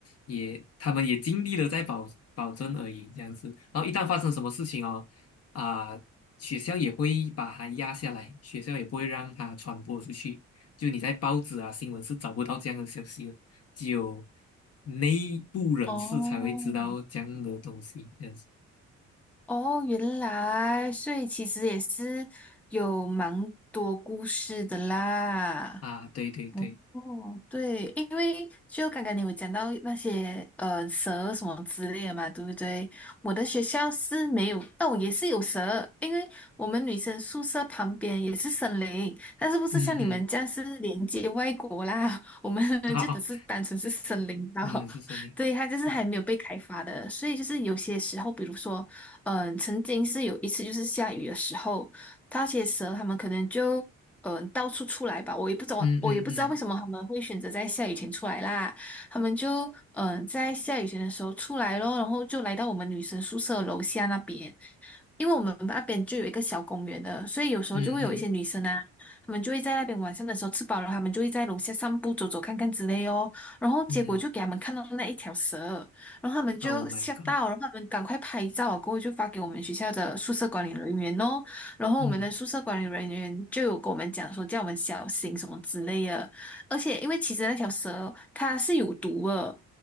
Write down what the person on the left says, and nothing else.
也他们也尽力了在保保证而已，这样子。然后一旦发生什么事情哦。啊、学校也会把它压下来，学校也不会让它传播出去。就你在报纸啊、新闻是找不到这样的消息的，只有内部人士才会知道这样的东西。
这样子
啊，对对对，
嗯嗯，
好，
嗯是森林，
嗯
嗯嗯
嗯嗯
嗯
，Oh my God，
嗯